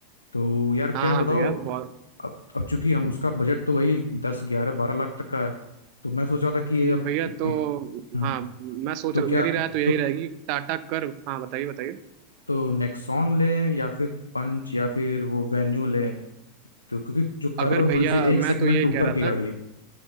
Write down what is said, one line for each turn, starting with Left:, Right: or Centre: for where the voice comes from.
Left: तो यार क्या
Right: हाँ हाँ
Left: बताओ
Right: भैया बहुत
Left: अब अब चूंकि हम उसका बजट तो वही दस ग्यारह बारह लाख तक का है तो मैं सोच रहा था कि ये अब
Right: भैया तो
Left: हम्म
Right: हाँ मैं सोच
Left: तो
Right: रहा
Left: क्या
Right: मेरी राय तो यही
Left: तो
Right: रहेगी टाटा कर्व हाँ बताइए बताइए
Left: तो नेक्सॉन लें या फिर पंच या फिर वो वेन्यू लें तो क्योंकि जो कर्व
Right: अगर
Left: है वो
Right: भैया
Left: थोड़ी सी
Right: मैं
Left: एक सेगमेंट
Right: तो ये
Left: ऊपर
Right: कह रहा
Left: की
Right: था
Left: गाड़ी है